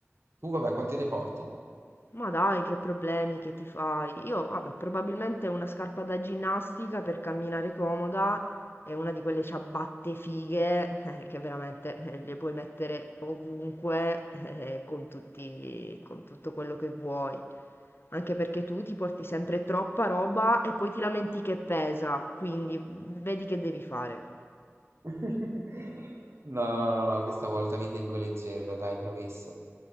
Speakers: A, on the right; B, on the left.
A: tu vabbè, quante ne porti?
B: ma dai, che problemi che ti fai? Io, vabbè, probabilmente una scarpa da ginnastica per camminare comoda e una di quelle ciabatte fighe <laughs> eh, che veramente eh, le puoi mettere ovunque eh, con tutti, con tutto quello che vuoi. Anche perché tu ti porti sempre troppa roba e poi ti lamenti che pesa, quindi vedi che devi fare.
A: <laughs> No, no, no, no, questa volta mi tengo leggero, dai, promesso.